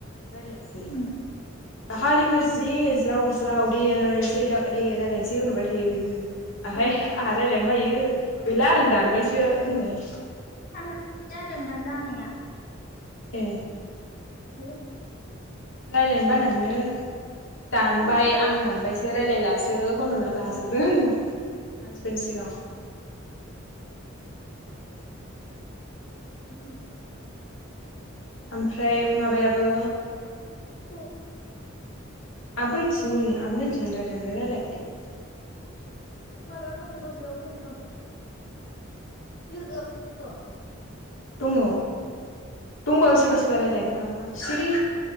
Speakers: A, on the left; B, on the left.
A: रायलायासै
B: उम
A: दाखालिफोर जि ज्राव ज्राव दे रायजलायनोसै दे दे रायजलायनोसै होनहरबाय थायो बे ओमफ्राय
B: ए
A: आंहा रायजलायनो बायो गैला आं दानबायसो होनहरो।
B: थांनाय जादोंना जानाया
A: ए
B: आयु
A: रायलायनो बानानैनो दानबाय
B: उम
A: आं दानबायसो ए रायलायलासो होनहरनानै लाजोबदों आं मानसिफोरनि सिगांङाव
B: <unintelligible>
A: ओमफ्राय माबायाबो
B: उम
A: आबै बोहैथिमोन आब नानदिमोन रायलायदोना रायलायाखैथाय
B: माबायाव दंथ' बेयाव दंथ' लोगो फैद'
A: दंङ दंबा बो सोबा सोबा रायलायाखै दां माथो सिरि